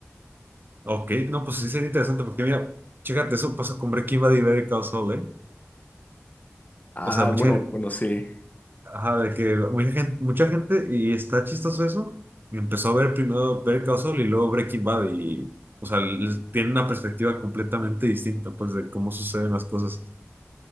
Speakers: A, on the right (about 45°); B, on the left (about 35°).
A: Ok, no, pues sí sería interesante porque mira, chécate, eso pasó con Breaking Bad y Better Call Saul, ¿eh?
B: Ah,
A: O sea, mucha,
B: bueno, bueno, sí.
A: ajá, de que lo- mucha gente, mucha gente, y está chistoso eso, y empezó a ver primero Better Call Saul y luego Breaking Bad y, o sea, les- tienen una perspectiva completamente distinta, pues, de cómo suceden las cosas.